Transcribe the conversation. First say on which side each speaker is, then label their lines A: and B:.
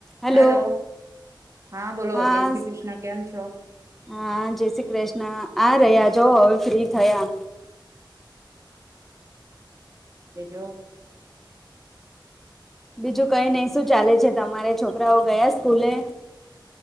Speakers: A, in the centre; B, on the right (about 35°).
A: હલો,
B: હેલો હા બોલો
A: હા,
B: જય શ્રી કૃષ્ણ કેમ છો
A: હા જય શ્રી કૃષ્ણ આ રહ્યા જ હવે ફ્રી થયા.
B: બીજું.
A: બીજું કઈ ની શું ચાલે છે, તમારે છોકરાઓ ગયા સ્કૂલે